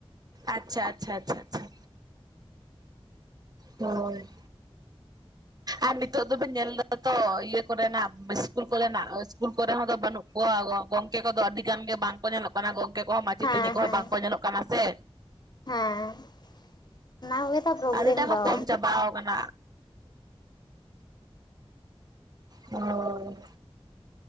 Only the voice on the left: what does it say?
<inaudible>
ᱦᱮᱸ
ᱦᱮᱸ
ᱦᱮᱸ ᱚᱱᱟ ᱠᱚᱜᱮ ᱛᱚ ᱯᱨᱚᱵᱞᱮᱢ
ᱫᱚ